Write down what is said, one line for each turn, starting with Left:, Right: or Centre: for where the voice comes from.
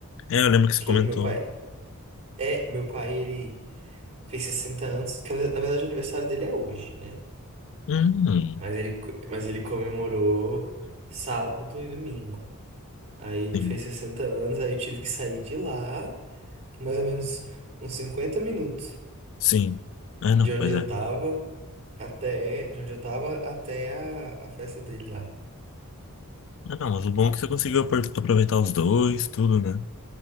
Left: É, eu lembro que você
Right: Que
Left: comentou.
Right: meu pai. É, meu pai, ele fez 60 anos. que na verdade o aniversário dele é hoje, né?
Left: Hum.
Right: Mas ele, co- mas ele comemorou sábado e domingo. Aí ele
Left: Sim.
Right: fez 60 anos, aí eu tive que sair de lá, mais ou menos uns 50 minutos
Left: Sim. Ah, não,
Right: de onde
Left: pois
Right: eu
Left: é.
Right: tava até, de onde eu tava até a, a festa dele lá.
Left: Ah, não, mas o bom é que você conseguiu apro- aproveitar os dois, tudo, né?